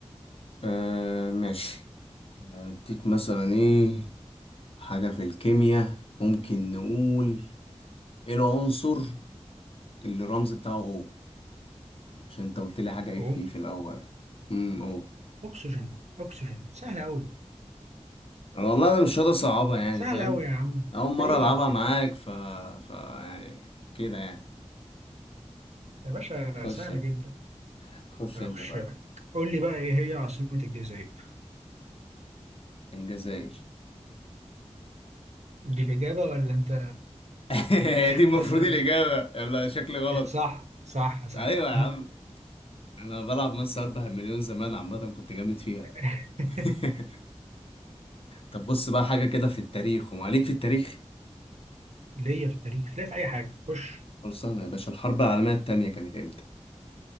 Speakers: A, on the left; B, on the right.
A: آه ماشي اديك مثلا ايه حاجة في الكيمياء ممكن نقول ايه العنصر اللي الرمز بتاعه او عشان انت قلت لي حاجة
B: اهو
A: اف في E في الاول امم او
B: اكسجين اكسجين سهل قوي
A: والله انا مش راضي اصعبها يعني
B: سهل
A: فاهم
B: قوي يا عم انت
A: اول مره
B: ايه
A: العبها معاك ف ف يعني كده يعني
B: يا باشا
A: خش
B: سهله
A: انت
B: جدا
A: خش
B: هخش
A: انت طيب
B: لك قول لي بقى ايه هي عاصمة الجزائر
A: الجزائر
B: دي الإجابة ولا أنت
A: <laughs> هي
B: <laughs>
A: دي المفروض
B: بتسأل؟
A: الاجابه لا شكلي غلط
B: صح صح صح
A: ايوه يا عم انا بلعب مس 4 مليون زمان عامه كنت جامد فيها
B: <laughs>
A: <laughs> طب بص بقى حاجه كده في التاريخ وما عليك في التاريخ
B: ليا في التاريخ ليا في أي حاجة خش
A: خلصانه يا باشا الحرب العالميه التانية كانت امتى